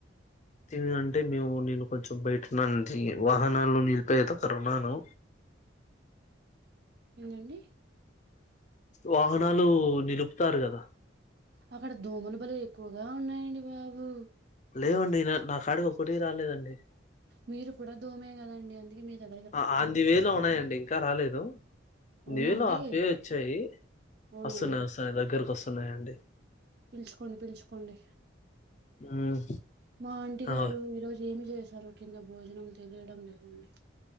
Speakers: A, on the left (about 35°); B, on the right (about 55°).
A: ఏదైనా అంటే మేము నేను కొంచెం బయట న వాహనాల్లో నిలిపోయే దగ్ర ఉన్నాను
B: ఏందండి
A: వాహనాలు నిలుపుతారు కదా
B: అక్కడ దోమలు బలు ఎక్కువగా ఉన్నాయండి బాబు
A: లేవండి నా నా కాడికి ఒకటి రాలేదండి
B: మీరు కూడా దోమే కదండి అందుకే మీ దగ్
A: ఆ అంది వేలో ఉన్నాయండి ఇంకా రాలేదు
B: అవునా
A: నియర్లీ
B: అండి
A: హాఫ్ వే వచ్చాయి
B: అవునండి
A: వస్తున్నాయి వస్తున్నాయి దగ్గరకు వస్తున్నాయండి
B: పిలుచుకోండి పిలుచుకోండి
A: మ్మ్
B: మా ఆంటి
A: ఆ
B: గారు ఈరోజు ఏమి చేశారు కింద భోజనం తెలియడం లేదండి